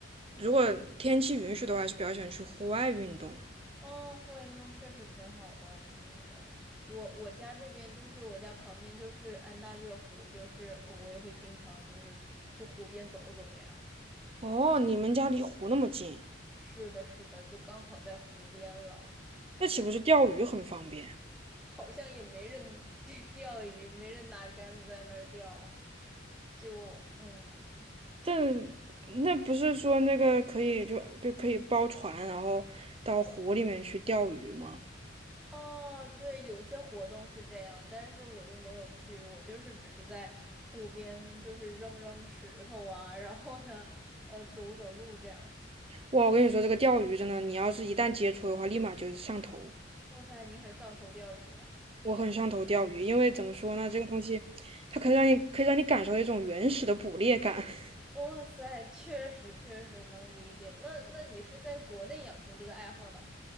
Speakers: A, on the right; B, in the centre.
A: 如果天气允许的话，还是比较喜欢去户外运动。
B: 哦，户外运动确实挺好的。嗯，呃我我家这边就是我家旁边就是安大略湖，就是呃我也会经常就是去湖边走走这样。
A: 哦，你们家离湖那么近，
B: 是的，是的，就刚好在湖边了，
A: 那岂不是钓鱼很方便？
B: 好像也没人 <laughs> 钓鱼，没人拿杆子在那儿钓，就嗯。
A: 这那不是说那个可以就就可以包船，然后到湖里面去钓鱼吗？
B: 哦，对，有些活动是这样，但是我就没有去，我就是只是在湖边，就是扔扔石头啊，然后呢，呃，走走路这样。
A: 哇，我跟你说，这个钓鱼真的，你要是一旦接触的话，立马就是上头。
B: 哇塞，你很上头钓鱼吗？
A: 我很上头钓鱼，因为怎么说呢，这个东西它可以让你可以让你感受到一种原始的捕猎感。<laughs>
B: 哇塞，确实确实能理解。那那你是在国内养成这个爱好的？